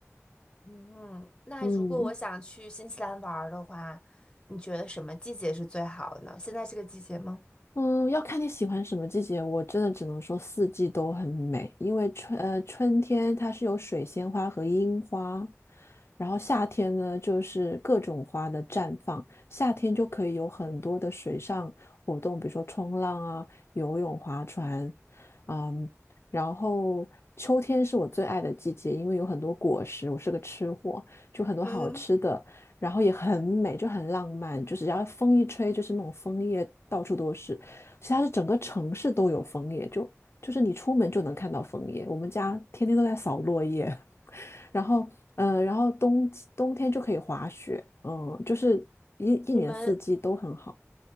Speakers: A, on the left; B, on the left.
A: 嗯，那如果我想去新西兰玩儿的话，
B: 嗯。
A: 你觉得什么季节是最好的呢？现在这个季节吗？
B: 嗯，要看你喜欢什么季节。我真的只能说四季都很美，因为春呃春天它是有水仙花和樱花，然后夏天呢就是各种花的绽放。夏天就可以有很多的水上活动，比如说冲浪啊、游泳、划船，嗯，然后秋天是我最爱的季节，因为有很多果实，我是个吃货，就很多好吃的。
A: 嗯，
B: 然后也很美，就很浪漫，就是然后风一吹，就是那种枫叶到处都是。其实它是整个城市都有枫叶，就就是你出门就能看到枫叶。我们家天天都在扫落叶，<laughs> 然后嗯，然后冬冬天就可以滑雪，嗯，就是一一年四季都很好，
A: 你们